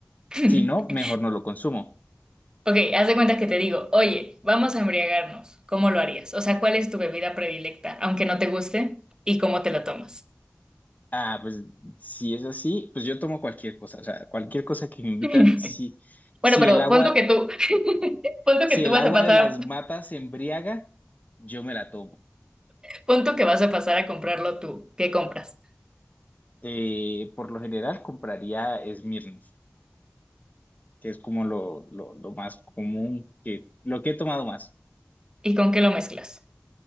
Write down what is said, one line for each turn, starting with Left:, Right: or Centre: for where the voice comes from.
Right: <laughs>
Left: Si no, mejor no lo consumo.
Right: Ok, haz de cuenta que te digo, oye, vamos a embriagarnos. ¿Cómo lo harías? O sea, ¿cuál es tu bebida predilecta, aunque no te guste, y cómo te lo tomas?
Left: Ah, pues si es así, pues yo tomo cualquier cosa, o sea, cualquier cosa que me invitan,
Right: <laughs>
Left: si, si
Right: Bueno, pero
Left: el agua,
Right: pon tú que tú, <laughs> pon tú
Left: si
Right: que tú
Left: el
Right: vas
Left: agua
Right: a pasar,
Left: de las matas embriaga, yo me la tomo.
Right: pon tú que vas a pasar a comprarlo tú. ¿Qué compras?
Left: eh, por lo general compraría Smirnoff, que es como lo, lo, lo más común que, lo que he tomado más,
Right: ¿Y con qué lo mezclas?